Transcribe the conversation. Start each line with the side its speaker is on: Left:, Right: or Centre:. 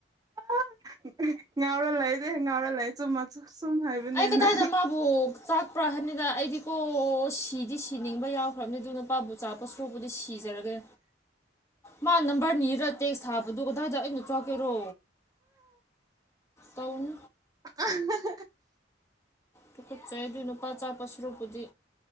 Right: ꯑꯥ ꯉꯥꯎꯔ ꯂꯩꯔꯦ ꯉꯥꯎꯔ ꯂꯩꯠ ꯆꯨꯝ ꯃꯛꯁꯨ ꯆꯨꯝ ꯍꯥꯏꯕꯅꯤꯅ
Left: ꯑꯩ ꯀꯗꯥꯏꯗ ꯃꯥꯕꯨ ꯆꯥꯛꯄ꯭ꯔꯥ ꯍꯥꯏꯝꯅꯤꯗ ꯑꯩꯗꯤ ꯀꯣ ꯁꯤꯗꯤ ꯁꯤꯅꯤꯡꯕ ꯌꯥꯎꯈ꯭ꯔꯝꯅꯤ ꯑꯗꯨ ꯅꯨꯄꯥꯕꯨ ꯆꯥꯞ ꯁꯔꯨꯕꯨꯗꯤ ꯁꯤꯖꯔꯒꯦ ꯃꯥ ꯅꯝꯕꯔꯅꯤꯔ ꯇꯦꯛꯁ ꯊꯥꯕꯗꯣ ꯑꯗꯥꯏꯗ ꯑꯩꯅ ꯆꯥꯛꯀꯦꯔꯣ ꯇꯧꯅꯨ
Right: ꯑꯍꯍ
Left: ꯄꯨꯈꯠꯆꯩꯗꯨꯏ ꯅꯨꯄꯥ ꯆꯥꯛꯄ ꯁꯨꯔꯨꯛꯄꯨꯗꯤ